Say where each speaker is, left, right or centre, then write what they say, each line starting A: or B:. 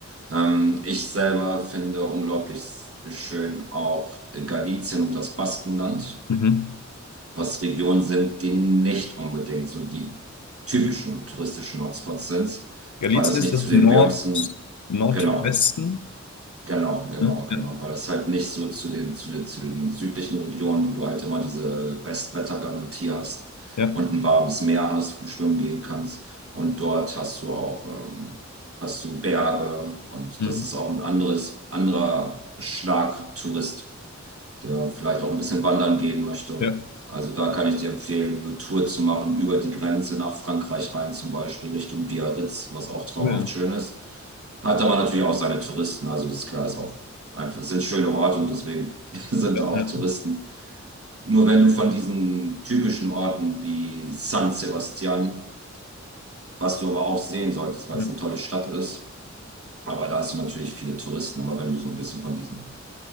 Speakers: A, on the right; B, on the left.
A: Ähm, ich selber finde unglaublich schön auch Galizien und das Baskenland,
B: Mhm.
A: was Regionen sind, die nicht unbedingt so die typischen touristischen Hotspots sind,
B: Galicien
A: weil das
B: ist
A: nicht
B: das
A: zu den
B: Nord
A: wärmsten,
B: Nordwesten.
A: genau, Genau, genau,
B: Ja,
A: genau,
B: ja,
A: weil das halt nicht so zu den, zu den, zu den südlichen Regionen, wo du halt immer diese Bestwettergarantie hast
B: ja.
A: und ein warmes Meer hast, wo du schwimmen gehen kannst. Und dort hast du auch, ähm, hast du Berge und
B: Mhm.
A: das ist auch ein anderes, anderer Schlag Tourist der vielleicht auch ein bisschen wandern gehen möchte.
B: Ja,
A: Also da kann ich dir empfehlen, eine Tour zu machen über die Grenze nach Frankreich rein, zum Beispiel Richtung Biarritz, was auch traumhaft
B: cool.
A: schön ist. Hat aber natürlich auch seine Touristen, also das ist klar, ist auch einfach, sind schöne Orte und deswegen <laughs> sind
B: Ja,
A: da auch
B: ja.
A: Touristen. Nur wenn du von diesen typischen Orten wie San Sebastian, was du aber auch sehen solltest, weil
B: Ja.
A: es eine tolle Stadt ist, aber da hast du natürlich viele Touristen, aber wenn du so ein bisschen von diesen